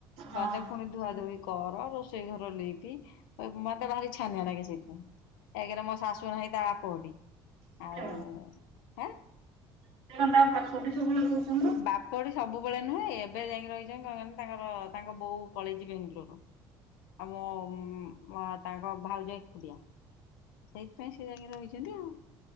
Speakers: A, on the right (about 70°); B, on the left (about 80°).
A: ହଁ
B: ଗଲେ ଫୁଣି ଧୁଆ ଧୁଇ କର ରୋଷେଇ ଘର ଲିପି ମତେ ଭାରି ଛାନିଆ ନାଗେ ସେଇଥିପାଇଁ। କାହିଁକି ନା ମୋ ଶାଶୁ ନାହିଁ ତା ବାପ ଘଟିକି
A: ସୋରିଷ
B: ଆଉ ହେଁ
A: <inaudible>
B: ବାପ ଘଡି ସବୁବେଳେ ନୁହେଁ ଏବେ ଯାଇଙ୍କି ରହିଛନ୍ତି ରହିଚନ୍ତି ତାଙ୍କର ତାଙ୍କ ବୋଉ ପଳେଇଚି ବେଙ୍ଗଲୋର୍। ଆମ ମ-ମ-ମା ତାଙ୍କ ଭାଉଜ ଏକୁଟିଆ। ସେଇଥିପାଇଁ ସେ ଯାଇକି ରହିଚି ଚନ୍ତି ଆଉ।